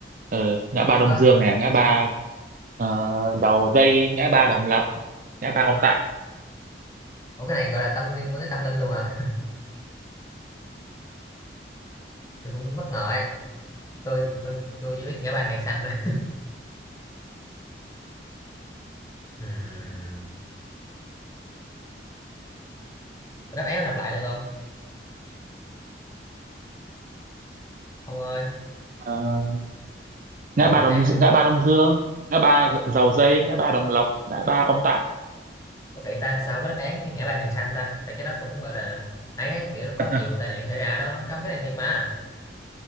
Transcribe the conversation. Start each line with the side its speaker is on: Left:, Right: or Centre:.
Right: Ờ ngã ba Đông
Left: Ơ,
Right: Dương này ngã ba uh, Dầu Dây ngã ba Đồng Lập ngã ba Ông Tạ
Left: ủa cái này gọi là tâm liên quan tới tâm linh luôn hả <laughs> tôi cũng bất ngờ ấy tôi tôi tôi chỉ biết ngã ba hàng xanh thôi
Right: Ừ.
Left: <laughs> Ừm, đáp án đọc lại được không ông ơi
Right: Ờ, ngã
Left: đọc
Right: ba
Left: đáp
Right: Đồng
Left: án ra
Right: ngã ba Đông Dương ngã ba Dầu Dây ngã ba Đồng Lập ngã ba Ông Tạ
Left: có kỹ ta sao không có đáp án cái ngã ba hàng xanh ta tại cái đó cũng gọi là ấy kiểu nó có
Right: <laughs>
Left: nhiều tai nạn xảy ra ở đó lắm không cái này thiệt mà